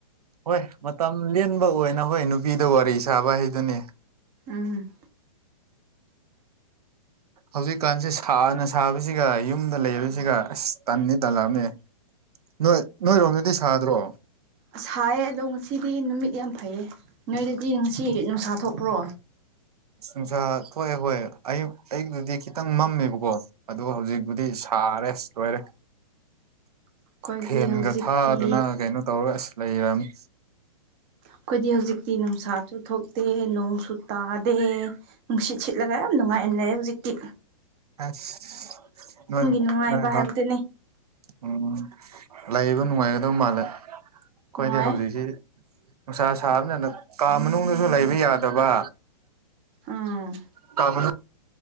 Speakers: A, on the right; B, on the right.
A: ꯍꯣꯏ ꯃꯇꯝ ꯂꯦꯟꯕ ꯑꯣꯏꯅ ꯍꯣꯏ ꯅꯨꯄꯤꯗ ꯋꯥꯔꯤ ꯁꯥꯕ ꯍꯥꯏꯗꯨꯅꯦ
B: ꯎꯝ
A: ꯍꯧꯖꯤꯛꯀꯥꯟꯁꯦ ꯁꯥꯅ ꯁꯥꯕꯁꯤꯒ ꯌꯨꯝꯗ ꯂꯩꯕꯁꯤꯒ ꯑꯁ ꯇꯟꯅꯤ ꯇꯜꯂꯛꯑꯕꯅꯦ ꯅꯣꯏ ꯅꯣꯏꯔꯣꯝꯗꯗꯤ ꯁꯥꯗ꯭ꯔꯣ
B: ꯑꯁ ꯁꯥꯏꯌꯦ ꯑꯗꯣ ꯉꯁꯤꯗꯤ ꯅꯨꯃꯤꯠ ꯌꯥꯝ ꯐꯩꯌꯦ ꯅꯣꯏꯗꯗꯤ ꯉꯁꯤ ꯅꯨꯡꯁꯥ ꯊꯣꯛꯄ꯭ꯔꯣ
A: ꯅꯨꯡꯁꯥ ꯊꯣꯛꯑꯦ ꯍꯣꯏ ꯑꯌꯛ ꯑꯩꯗꯗꯤ ꯈꯤꯇꯪ ꯃꯝꯃꯦꯕꯀꯣ ꯑꯗꯨ ꯍꯧꯖꯤꯛꯄꯨꯗꯤ ꯁꯥꯔꯦ ꯂꯣꯏꯔꯦ
B: ꯑꯩꯈꯣꯏꯗꯤ
A: ꯐꯦꯟꯒ
B: ꯍꯧꯖꯤꯛꯇꯤ
A: ꯊꯥꯗꯨꯅ ꯀꯩꯅꯣ ꯇꯧꯔ ꯑꯁ ꯂꯩꯔꯅꯤ
B: ꯑꯈꯣꯏꯗꯤ ꯍꯧꯖꯤꯛꯇꯤ ꯅꯨꯡꯁꯥꯇꯨ ꯊꯣꯛ ꯇꯦꯏ ꯅꯣꯡꯁꯨ ꯇꯥꯗꯦ ꯅꯨꯡꯁꯤꯠ ꯁꯤꯠꯂꯒ ꯌꯥꯝ ꯅꯨꯡꯉꯥꯏꯅ ꯂꯩꯔꯦ ꯍꯨꯖꯤꯛꯇꯤ
A: ꯑꯠꯁ ꯅꯣꯏ
B: ꯅꯨꯡꯉꯥꯏꯕ
A: ꯅꯣꯏ ꯐꯝ
B: ꯍꯥꯏꯕꯗꯨꯅꯤ
A: ꯎꯝ ꯂꯩꯕ ꯅꯨꯡꯉꯥꯏꯒꯗꯕ ꯃꯥꯜꯂꯦ ꯑꯩꯈꯣꯏꯗꯤ
B: ꯅꯨꯡꯉꯥꯏ
A: ꯍꯧꯖꯤꯛꯁꯤ ꯅꯨꯡꯁꯥ ꯁꯥꯕꯅꯦꯅ ꯀꯥ ꯃꯅꯨꯡꯗꯁꯨ ꯂꯩꯕ ꯌꯥꯗꯕ
B: ꯎꯝ
A: <unintelligible>